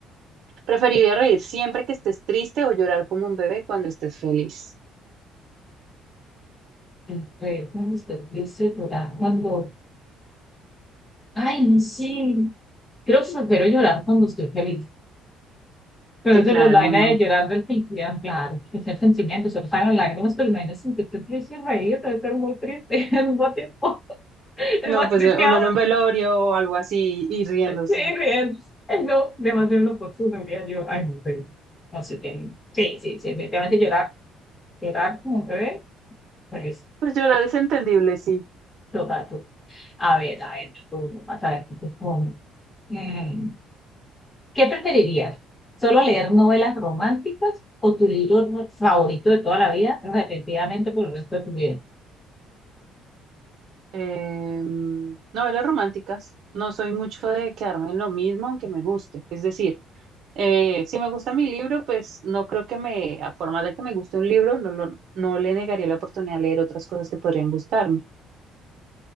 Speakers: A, on the right; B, on the left.
A: preferiría reír siempre que estés triste o llorar como un bebé cuando estés feliz.
B: el perro, cuando usted dice llorar, cuando. Ay, no sé. Creo que prefiero llorar cuando estoy feliz. Pero
A: Sí,
B: eso
A: claro,
B: es la vaina
A: no.
B: de llorar del felicidad, claro, que es el sentimiento, solo salen las lágrimas, pero imagínate sentirte triste y reír, debe ser muy triste <laughs> al mismo tiempo. Es
A: No,
B: más
A: pues
B: triste
A: uno
B: aún,
A: en un velorio o algo así y riéndose.
B: sí, riendo. Ay, No, demasiado inoportuno, diría yo. Ay, no, pero no sé, tiene- sí, sí, sí, definitivamente llorar, llorar como un bebé, pues,
A: Pues llorar es entendible, sí.
B: total. A ver, a ver, tú, vas a ver, tú, tú, tú. Mm, ¿Qué preferirías? ¿Solo leer novelas románticas o tu libro no- favorito de toda la vida repetidamente por el resto de tu vida?
A: Eh, novelas románticas. No soy mucho de quedarme en lo mismo, aunque me guste. Es decir, eh, si me gusta mi libro, pues no creo que me, a forma de que me guste un libro, no, lo- no le negaría la oportunidad de leer otras cosas que podrían gustarme.